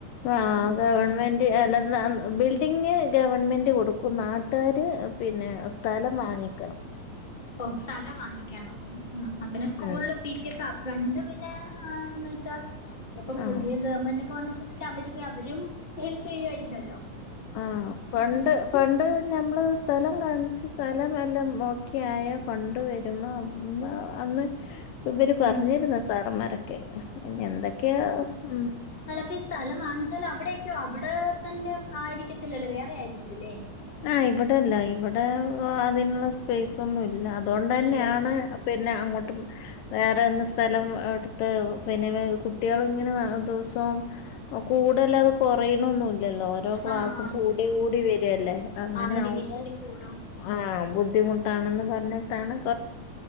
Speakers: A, on the left; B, on the left.
A: ആഹ്
B: ഉം
A: ഗവൺമെന്റ്
B: ഉം
A: അല്ല ന <unintelligible> ബിൽ ട്ടിങ്ങ് ഗവൺമെന്റ് കൊടുക്കും നാട്ടുകാര് പിന്നെ സ്ഥലം വാങ്ങിക്കണം.
B: ഓഹ് സ്ഥലം വാങ്ങിക്കണം ആപ്പ്‌ന്നെ സ്കൂളില്
A: ഉം
B: പി <unintelligible> ഫണ്ട് പിന്നെന്ന്ച്ചാ ഇപ്പൊ പുതിയ
A: ആ
B: ഗവൺമെന്റ് ഇപ്പ വന്ന സ്തിക്ക്‌ അവര് അവരും ഹെൽപ് ചെയ്യുവാരിക്കുവല്ലോ?
A: ആഹ് ഫണ്ട് ഫണ്ട് ഞമ്മള് സ്ഥലം കാണിച്ച് സ്ഥലം എല്ലാം ഓക്കെയായ ഫണ്ട് വരുന്നാന്നെ <unintelligible> അന്ന് ഇവര് പറഞ്ഞിര്ന്നു
B: ഉം
A: സാറ്മാരൊക്കെ ഇനി എന്തൊക്കെയാ ഉം.
B: അല്ലപ്പ ഈ സ്ഥലം വാങ്ങിച്ചാവല് അവ്ടെയക്കെയ അവ്ടെ തന്നെ ആയിരിക്കത്തില്ലല്ലോ വേറെ ആയിരിക്കുല്ലേ?
A: ആഹ് ഇവ്ടെല്ല ഇവ്ടെ അതിനൊള്ള സ്പേസ്ഒന്നും ഇല്ല അതുകൊണ്ട്ന്നെയാണ്
B: ഇല്ല ഇല്ല
A: പിന്നെ അങ്ങോട്ടും വേറെന്ത സ്ഥലം അവ്ട്ത്തെ പിന്നെ കുട്ടികൾ ഇങ്ങനെ ദിവസോം ഓ കൂട്ല്ലാതെ കൊറയ്ണൊന്നുല്ല. ഇല്ലല്ലോ ഓരോ ക്ലാസ്സും
B: ആഹ് ആഹ്
A: കൂടി
B: ആഹ് ആഹ്
A: കൂടി വരുല്ലേ അങ്ങനെ
B: ആന്ന്
A: ആവ്മ്പോ?
B: ഡിവിഷനും കൂടും
A: ആഹ് ബുദ്ധിമുട്ടാണെന്ന് പറഞ്ട്ടാണ്